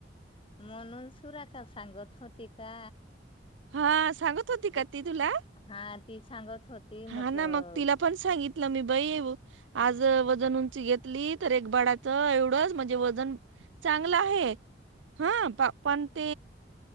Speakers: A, on the left (about 30°); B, on the right (about 80°).
A: म्हणून सुरा का सांगत होती का?
B: हा सांगत होती
A: ते-
B: का ती तुला
A: हा ती सांगत होती म्हटलं
B: हा ना मग तिला पण सांगितलं मी बय येव. आज वजन उंची घेतली तर एक बाडाच एवढंच म्हणजे वजन चांगलं आहे हा पण त